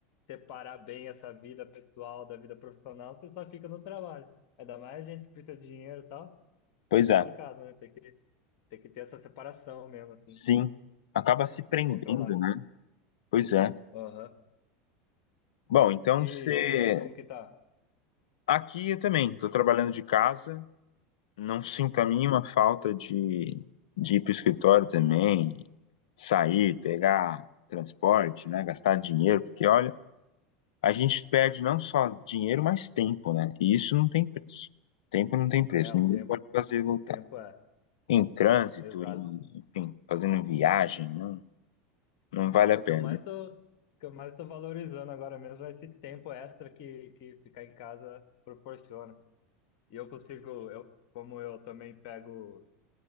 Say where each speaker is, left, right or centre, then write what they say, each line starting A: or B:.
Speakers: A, on the left (about 60°); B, on the left (about 75°).
A: separar bem essa vida pessoal da vida profissional, você só fica no trabalho. Ainda mais gente que precisa de dinheiro e tal,
B: pois
A: complicado,
B: é.
A: né? Tem que, tem que ter essa separação mesmo, assim.
B: Sim, acaba se prendendo,
A: Tem que controlar.
B: né? Pois é.
A: Aham.
B: Bom, então
A: E,
B: você.
A: e aí, como que tá?
B: Aqui eu também estou trabalhando de casa, não sinto
A: Sim,
B: a mínima falta de, de ir para o escritório também, sair, pegar transporte, né? Gastar dinheiro, porque olha, a gente perde não só dinheiro, mas tempo, né? E isso não tem preço. Tempo não tem preço,
A: é o
B: ninguém
A: tempo.
B: pode fazer voltar.
A: O tempo é,
B: Em trânsito,
A: exato.
B: em, enfim, fazendo viagem, não, não vale
A: É
B: a
A: o
B: pena.
A: que eu mais tô, que eu mais tô valorizando agora mesmo, é esse tempo extra que, que ficar em casa proporciona. E eu consigo, eu, como eu também pego